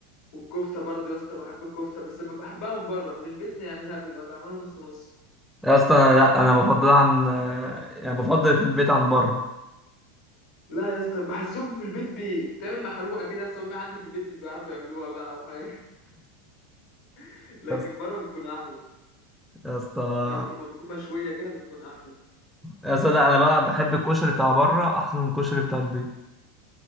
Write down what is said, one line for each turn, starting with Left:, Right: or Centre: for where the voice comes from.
Left: والكفته برضه يا اسطى بحب الكفته بس بحبها من بره من البيت يعني هي بتبقى طعمها نص نص
Centre: يا اسطى انا لا انا بفضل عن آه، يعني بفضل في البيت عن بره
Left: لا يا اسطى بحسهم في البيت بي... بتتعمل محروقه كده يا اسطى امي عندي في البيت مش بيعرفوا يعملوها بقى وحاجه <laughs> لكن
Centre: يا اسطى
Left: بره بتكون احلى
Centre: يا اسطى
Left: لما بتكون مشويه كده بتكون احلى
Centre: يا اسطى لا، انا بقى بحب الكشري بتاع بره احسن من الكشري بتاع البيت